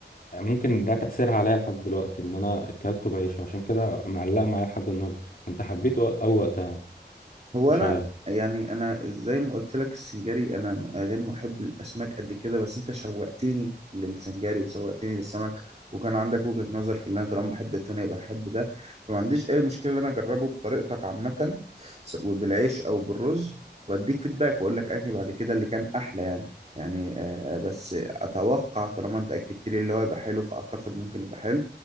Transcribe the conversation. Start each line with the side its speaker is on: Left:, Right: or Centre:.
Left: ممكن ده تاثيرها عليا لحد دلوقتي ان انا اكلته بعيشه عشان كده معلقه معايا لحد النهارده كنت حبيته او أو وقتها
Right: هو
Left: مش
Right: انا
Left: عارف
Right: يعني انا زي ما قلت لك السنجاري انا م- غير محب الاسماك قد كده بس انت شوقتني للسنجاري وشوقتني للسمك وكان عندك وجهة نظر في اللي انا طالما بحب التونه يبقى بحب ده فما عنديش اي مشكله ان انا اجربه بطريقتك عامه سواء بالعيش او بالرز واديك فيدباك واقول لك انهي بعد كده اللي كان احلى يعني يعني آه، آه، بس اتوقع طالما انت اكدت لي اللي هو يبقى حلو فاعتقد ممكن يبقى حلو